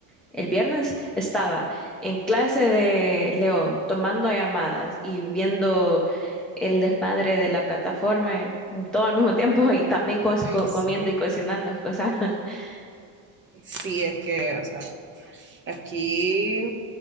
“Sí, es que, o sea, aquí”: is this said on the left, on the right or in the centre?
Right